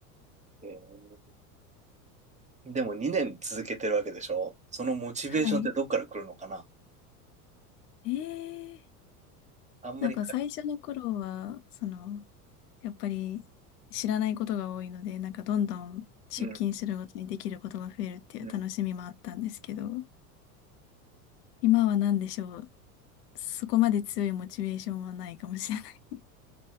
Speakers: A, on the right; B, on the left.
A: えーでも2年続けてるわけでしょそのモチベーションってどっから来るのかな
B: はい。えー。
A: あんまりか、
B: なんか最初の頃は、その、やっぱり知らないことが多いので、なんかどんどん出勤するごとにできることが増えるっていう楽しみもあったんですけど、
A: うん。うん
B: 今は何でしょう。そこまで強いモチベーションはないかもしれない。